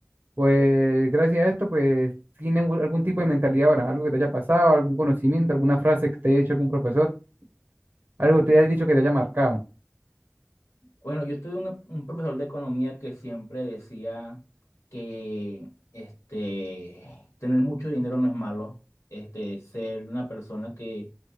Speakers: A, on the right (about 50°); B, on the left (about 75°).
A: pues gracias a esto, pues tienen algún tipo de mentalidad ahora, algo que te haya pasado, algún conocimiento, alguna frase que te haya dicho algún profesor? Algo te haya dicho que te haya marcado.
B: Bueno, yo tuve un, un profesor de economía que siempre decía que este, tener mucho dinero no es malo. Este, ser una persona que,